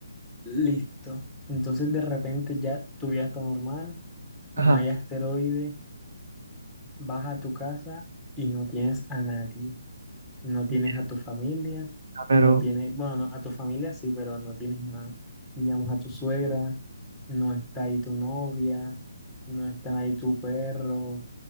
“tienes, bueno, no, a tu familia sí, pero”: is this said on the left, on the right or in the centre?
Centre